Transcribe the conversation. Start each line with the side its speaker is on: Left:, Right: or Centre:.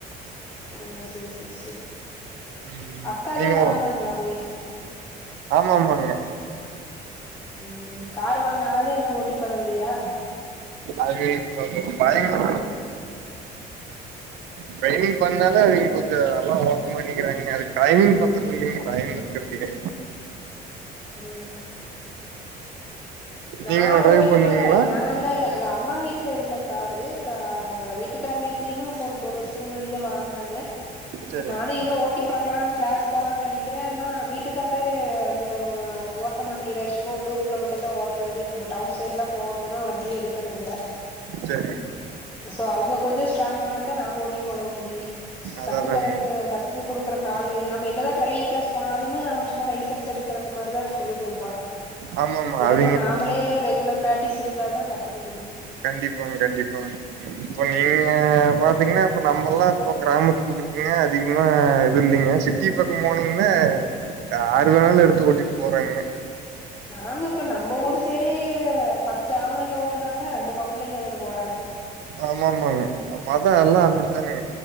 Left: ஓ சேர் சேர் செரி
Right: ம்
Left: அக்காதா
Right: நீங்க
Left: வாங்குனாங்ளாமே
Right: ஓ ஆமா ஆமாங்க
Left: ம் கார் வாங்குன ஆளே இன்னு ஓட்டி பழவலையா
Right: அது இப்ப டைம் <inaudible> ட்ரைவிங் பண்ணாலே இங் கொஞ்ச நல்லா ஓட்ட மாட்டிக்கிறாங்க அது டைமிங் பத்தல இல்லைங்க டைம் இருக்கு கிடை
Left: ம் நா
Right: நீங்க
Left: ஓட்டி
Right: டிரைவ் பண்ணுவீங்களா
Left: பழவல நா எல்லா இல்ல அங்க அம்மா வீட்ல இல்ல காரு அப்றோ அங்க வீட்டுக் க்கார் வீட்லயுமே இப்ப ஒரு மூணு வருஷத்துக்கு முன்னாடிதா வாங்குனாங்க
Right: சரிங்க
Left: நானே எங்க ஓட்டி பக்கலா கிளாஸ் போலா நெனைக்கிறே ஆனா வீட்டுக்காரே அங்க ஓட் மாட்ட மாட்டிகிறாரு சும்மா உள்ளூரு உள்ள மட்டுந்தா ஓட்ராரு நம்ம டவுன் சைட்லா போகணுனா வண்டியே எடுக்கறது இல்ல
Right: சரிங்க
Left: சோ அவுங்க கொஞ்சோ ஸ்ட்ராங் ஆனாதா நாம ஓட்டி பழக முடியு
Right: அததானுங்க
Left: கத்துறதுக்கு கத் து குடுக்குறக் ஆளு வேணு நம்ம என்னதா ட்ரைவிங் கிளாஸ் போனாலு அவன் சும்மா லைசன்ஸ் எடுக்கற மாரி தா சொல்லி குடுப்பா
Right: ஆமா ஆமா அ
Left: அப்புறோ நாமளே ரெகுலர் பிராக்டிஸ் இருந்தா தா கத்துக்க முடியு
Right: கண்டிப்பாங்க கண்டிப்பாங்க இப்ப நீங்க பாத்தீங்கன்னா இப்ப நம்மல்லா இப்ப கிராமத்துக்குள் இருப்பீங்க அதிகமா இது இல்லீங்க சி ட்டி பக்கோ போனிங்கனா யாரு வேணாலு எடுத்து ஓட்டிட்டு போறாங்கங்க
Left: ஆமா இப்ப நம்ம ஊர் சைடே பத்து ஆம்பளைங்க ஓட்டுனாங்கனா ரெண்டு பொம்பளைங்க இதுல போறாங்க
Right: ஆமா ஆமாங்க பாத்தா எல்லா அப்டிதாங்க